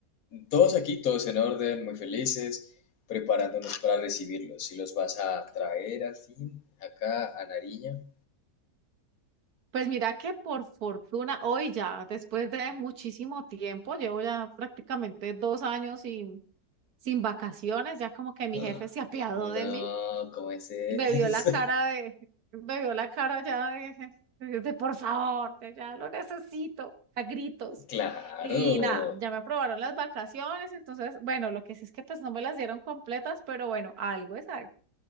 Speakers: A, on the left (about 65°); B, on the right (about 70°).
A: Todos aquí, todos en orden, muy felices, preparándonos para recibirlos. Si los vas a traer al fin acá a Nariño?
B: Pues mira que por fortuna, hoy ya, después de muchísimo tiempo, llevo ya prácticamente dos años sin, sin vacaciones, ya como que mi
A: Ah,
B: jefe se apiadó
A: No,
B: de mí
A: ¿cómo es eso?
B: me vio la cara de, me vio la cara ya de, de por favor, de ya lo necesito, a gritos.
A: <laughs> Claro.
B: Y nada, ya me aprobaron las vacaciones, entonces, bueno, lo que sí es que pues no me las dieron completas, pero bueno, algo es algo.